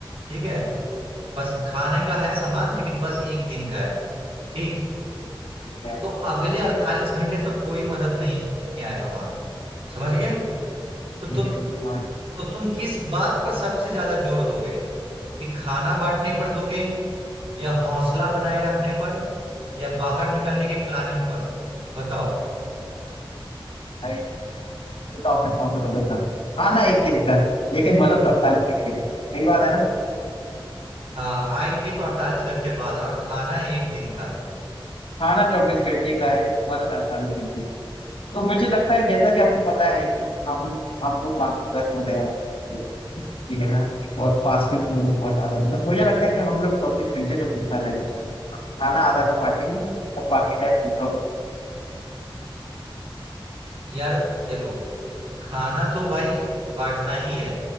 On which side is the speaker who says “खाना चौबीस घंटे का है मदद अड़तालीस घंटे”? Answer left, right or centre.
Left